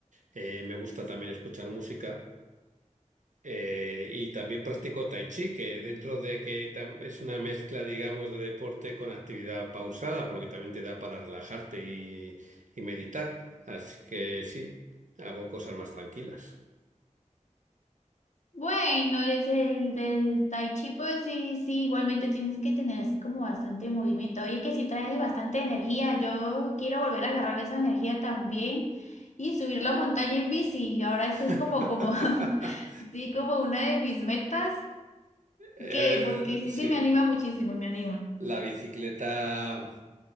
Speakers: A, on the right (about 75°); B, on the left (about 65°).
A: Eh, me gusta también escuchar música. Eh, y también practico tai chi, que dentro de que tam- es una mezcla, digamos, de deporte con actividad pausada, porque también te da para relajarte y, y meditar. Así que sí, hago cosas más tranquilas.
B: Bueno, es el del Tai Chi, pues sí, sí, igualmente tienes que tener así como bastante movimiento. Oye, que sí trae bastante energía. Yo quiero volver a agarrar esa energía también y subir la montaña en bici. Y ahora esa es
A: <laughs> A
B: como, como, <laughs> sí, como una de mis metas,
A: ver,
B: que porque sí,
A: sí,
B: sí me anima muchísimo, me anima.
A: la bicicleta.